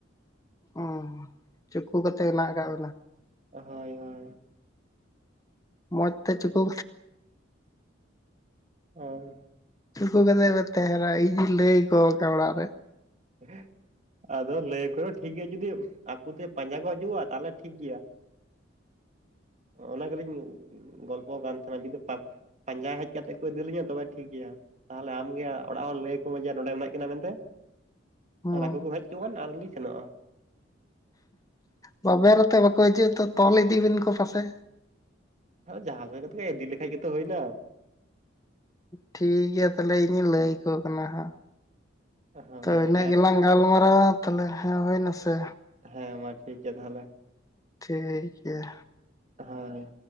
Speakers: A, on the left; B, on the right.
A: ᱚ ᱪᱩᱠᱩ ᱠᱟᱛᱮ ᱦᱮᱱᱟᱜ ᱟᱠᱟᱜ ᱵᱮᱱᱟ
B: ᱦᱳᱭ ᱦᱳᱭ
A: ᱢᱚᱡᱽ ᱛᱮ ᱪᱩᱠᱩ
B: ᱦᱳᱭ
A: ᱪᱩᱠᱩ ᱠᱟᱛᱮᱫ ᱯᱮ ᱛᱟᱦᱮᱸᱱᱟ ᱤᱧᱤᱧ ᱞᱟᱹᱭ ᱟᱠᱚ ᱠᱟᱱᱟ ᱚᱲᱟᱜ ᱨᱮ
B: ᱦᱚ ᱟᱫᱚ ᱞᱟᱹᱭᱟᱠᱚ ᱢᱮ ᱴᱷᱤᱠ ᱜᱮᱭᱟ ᱡᱩᱫᱤ ᱟᱠᱚ ᱛᱮ ᱯᱟᱸᱡᱟ ᱠᱚ ᱦᱤᱡᱩᱜᱼᱟ ᱛᱟᱦᱞᱮ ᱴᱷᱤᱠ ᱜᱮᱭᱟ ᱚᱱᱟ ᱜᱮᱞᱤᱧ ᱜᱚᱞᱯᱚ ᱠᱟᱱ ᱛᱟᱦᱮᱱᱟ ᱡᱩᱫᱤ ᱯᱟᱸᱡᱟ ᱦᱮᱡ ᱠᱟᱛᱮᱫ ᱠᱚ ᱤᱫᱤᱞᱤᱧᱟ ᱛᱚᱵᱮ ᱴᱷᱤᱠ ᱜᱮᱭᱟ ᱛᱟᱦᱚᱞᱮ ᱟᱢᱜᱮ ᱚᱲᱟᱜ ᱦᱚᱲ ᱞᱟᱹᱭᱟᱠᱚ ᱢᱮ ᱡᱮ ᱱᱚᱸᱰᱮ ᱢᱮᱱᱟᱜ ᱠᱤᱱᱟ ᱢᱮᱱᱛᱮ
A: ᱦᱩᱸ
B: ᱟᱨ ᱟᱠᱚ ᱠᱚ ᱦᱮᱡᱪᱚᱣᱟᱱ ᱟᱨᱞᱤᱧ ᱥᱮᱱᱚᱜᱼᱟ
A: ᱛᱚᱵᱮ ᱱᱚᱛᱮ ᱵᱟᱠᱚ ᱦᱤᱡᱩᱜᱼᱟ ᱛᱚ ᱛᱚᱞ ᱤᱫᱤ ᱵᱤᱱ ᱠᱚ ᱯᱟᱥᱮ
B: ᱡᱟᱸᱦᱟ ᱞᱟᱹᱭ ᱠᱟᱛᱮ ᱜᱮ ᱤᱫᱤ ᱞᱮᱠᱷᱟᱡ ᱜᱮᱛᱚ ᱦᱩᱭᱱᱟ
A: ᱴᱷᱤᱠ ᱜᱮᱭᱟ ᱛᱟᱦᱞᱮ ᱤᱧᱤᱧ ᱞᱟᱹᱭ ᱟᱠᱚ ᱠᱟᱱᱟ ᱦᱟᱸᱜ
B: ᱦᱳᱭ
A: ᱛᱚ ᱤᱱᱟᱹᱜ
B: ᱦᱮᱸ
A: ᱜᱮᱞᱟᱝ
B: ᱛᱚ
A: ᱜᱟᱞᱢᱟᱨᱟᱣᱟ ᱛᱟᱦᱚᱞᱮ ᱦᱮᱸ ᱦᱩᱭᱱᱟᱥᱮ
B: ᱦᱮᱸ ᱢᱟ ᱴᱷᱤᱠ ᱜᱮᱭᱟ ᱛᱟᱦᱚᱞᱮ
A: ᱴᱷᱤᱠ ᱜᱮᱭᱟ
B: ᱦᱳᱭ